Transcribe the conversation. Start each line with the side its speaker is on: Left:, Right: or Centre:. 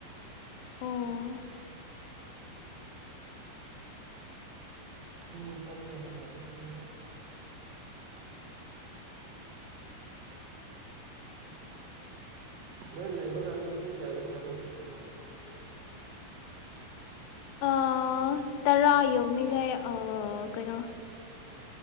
Left: ꯑꯣ
Right: ꯄꯨꯡ ꯅꯤꯄꯟꯗ ꯍꯥꯂꯛꯏ ꯅꯣꯏ ꯂꯩꯕ ꯀꯥꯟꯗ ꯄꯨꯡ ꯀꯌꯥꯗ ꯊꯕꯛ ꯆꯠꯄꯅꯣ
Left: ꯑ ꯇꯔꯥ ꯌꯧꯅꯤꯡꯉꯥꯏ ꯑ ꯀꯩꯅꯣ